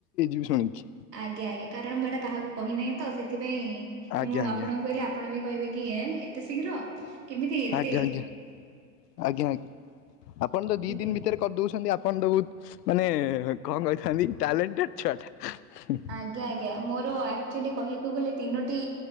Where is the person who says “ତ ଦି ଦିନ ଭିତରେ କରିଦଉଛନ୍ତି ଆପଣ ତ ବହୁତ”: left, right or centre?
Left